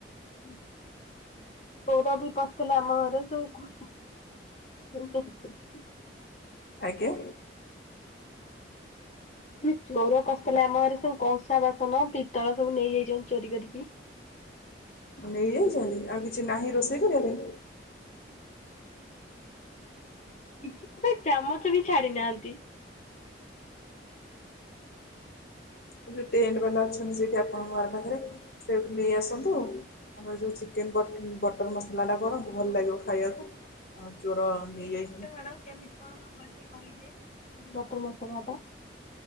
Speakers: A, on the left; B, on the left.
A: ହୁଁ। ଗୌରବି ପଶିଥିଲା ଆମ ଘରେ ସେଇ <unintelligible>
B: ଆଜ୍ଞା।
A: ଦି ଚୋର ପଶିଥିଲା ଆମ ଘରେ ସବୁ କଂସା ବାସନ ପିତ୍ତଳ ସବୁ ନେଇଯାଇଚନ୍ତି ଚୋରି କରିକି।
B: ନେଇଯାଇଚନ୍ତି ଆଉ କିଛି ନାହିଁ ରୋଷେଇ କରିବା ପାଇଁ?
A: କିଛି ଗୋଟେ ଚାମଚ ବି ଛାଡି ନାହାନ୍ତି।
B: ଏଇ ଯୋଉ ଟେଣ୍ଟ ବାଲା ଅଛନ୍ତି ସେଠି ଆପଣଙ୍କ ଘର ପାଖରେ ସେଠୁ ନେଇ ଆସନ୍ତୁ ଆମର ଯୋଉ ଚିକେନ ବଟ ବଟର ମସଲା ଟା କରନ୍ତୁ ଭଲ ଲାଗିବ ଖାଇବାକୁ ଆଉ ଚୋର ନେଇଯାଇ
A: କଣ କେମିତି କଣ ହବ ଟିକେ କହିଲେ ଏଇ ବଟର ମସଲା ଟା?